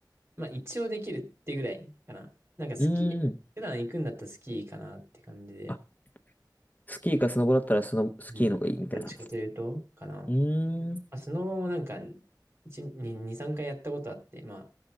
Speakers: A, on the right; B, on the left.
A: まあ一応できるってぐらいかな。なんかスキー、
B: うーん。
A: 普段行くんだったらスキーかなって感じで。
B: あ、スキーかスノボだったらスノ、スキーの方がいいみたいな。
A: うん。どっちかというと、
B: う
A: かな。ま
B: ーん。
A: あ、スノボもなんか、一二2、3回やったことあって、まあ、